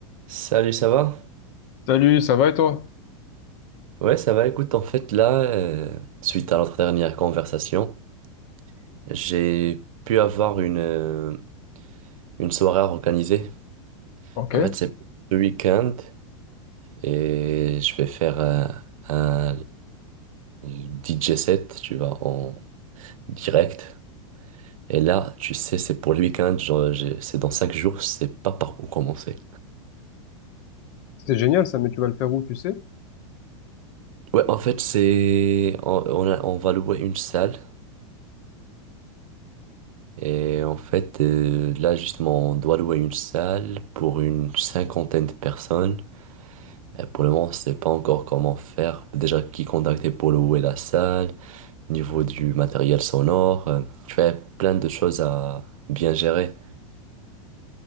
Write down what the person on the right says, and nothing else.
Salut, ça va?
Ouais, ça va. Écoute, en fait, là, euh, suite à notre dernière conversation, j'ai pu avoir une, euh, une soirée à organiser.
En fait, c'est le week-end et je vais faire euh, un DJ set, tu vois, en direct. Et là, tu sais, c'est pour le week-end, genre, j'ai- c'est dans cinq jours, je sais pas par où commencer.
Ouais, en fait, c'est on, on a- on va louer une salle Et en fait, euh, là justement, on doit louer une salle pour une cinquantaine de personnes. Et pour le moment, on ne sait pas encore comment faire. Déjà, qui contacter pour louer la salle, niveau du matériel sonore. euh, tu fais plein de choses à bien gérer.